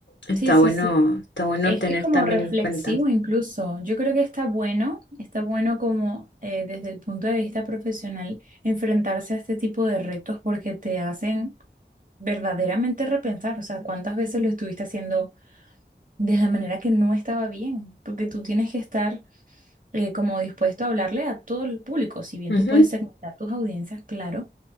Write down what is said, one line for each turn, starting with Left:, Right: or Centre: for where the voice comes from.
Left: está
Right: Sí, sí,
Left: bueno,
Right: sí.
Left: está bueno
Right: Es,
Left: tener
Right: es como
Left: también
Right: reflexivo
Left: en cuenta.
Right: incluso. Yo creo que está bueno, está bueno como eh, desde el punto de vista profesional enfrentarse a este tipo de retos porque te hacen verdaderamente repensar, o sea, cuántas veces lo estuviste haciendo de la manera que no estaba bien, porque tú tienes que estar eh, como dispuesto a hablarle a todo el público, si bien
Left: Ujú,
Right: tú puedes segmentar tus audiencias, claro,